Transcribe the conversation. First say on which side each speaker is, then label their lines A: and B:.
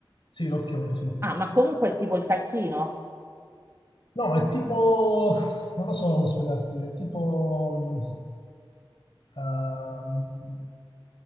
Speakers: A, on the left; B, on the right.
A: Sì, l'occhione, sì.
B: Ah, ma comunque è tipo il tacchino?
A: No, è tipo, non lo so come spiegarti, è tipo, mh, ehm,